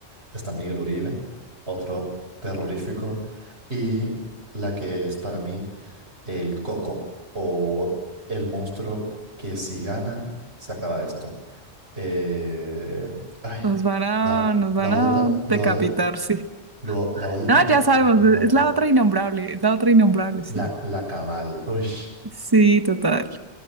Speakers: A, on the right; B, on the right.
A: Está Miguel Uribe, otro terrorífico. Y la que es para mí el coco o el monstruo que si gana, se acaba esto. Eh, ay,
B: Nos van a,
A: la,
B: nos van
A: la odio
B: a
A: tan, lo
B: decapitar,
A: odio,
B: sí.
A: lo- la odio tanto
B: No, ya
A: que se
B: sabemos,
A: me olvidó el nombre.
B: e-, es la otra innombrable, es la otra innombrable, sí.
A: La, la Cabal. Uy.
B: Sí, total.